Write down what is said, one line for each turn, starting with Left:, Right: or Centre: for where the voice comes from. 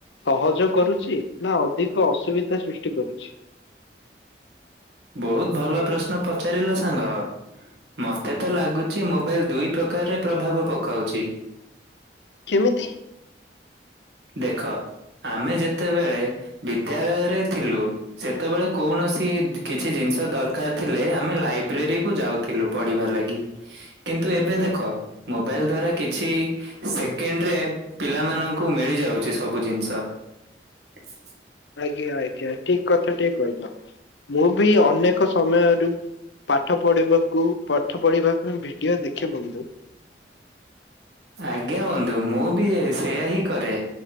Left: ସହଜ କରୁଛି, ନା ଅଧିକ ଅସୁବିଧା ସୃଷ୍ଟି କରୁଛି।
Right: ବହୁତ ଭଲ ପ୍ରଶ୍ନ ପଚାରିଲ ସାଙ୍ଗ। ମତେ ତ ଲାଗୁଛି ମୋବାଇଲ ଦୁଇ ପ୍ରକାରରେ ପ୍ରଭାବ ପକାଉଛି।
Left: କେମିତି।
Right: ଦେଖ ଆମେ ଯେତେବେଳେ ବିଦ୍ୟାଳୟରେ ଥିଲୁ। ସେତେବେଳେ କୌଣ ସି କିଛି ଜିନିଷ ଦରକାର ଥିଲେ! ଆମେ ଲାଇବ୍ରେରୀ କୁ ଯାଉଥିଲୁ ପଢିବା ଲାଗି। କିନ୍ତୁ ଏବେ ଦେଖ। ମୋବାଇଲ ଦ୍ଵାରା କିଛି ସେକେଣ୍ଡ ରେ ପିଲାମାନଙ୍କୁ ମିଳି ଯାଉଛି ସବୁ ଜିନିଷ। ସ।
Left: ଆଜ୍ଞା ଆଜ୍ଞା! ଠିକ କଥା ଟିକେ କହିଲ ମୁଁ ବି ଅନେକ ସମୟରୁ ପାଠ ପଢିବାକୁ ପାଠ ପଢିବା ପାଇଁ ଭିଡିଓ ଦେଖେ ବନ୍ଧୁ।
Right: ହ <inaudible> ଆଜ୍ଞା ବନ୍ଧୁ! ମୁଁ ବି ସେୟା ହିଁ କରେ,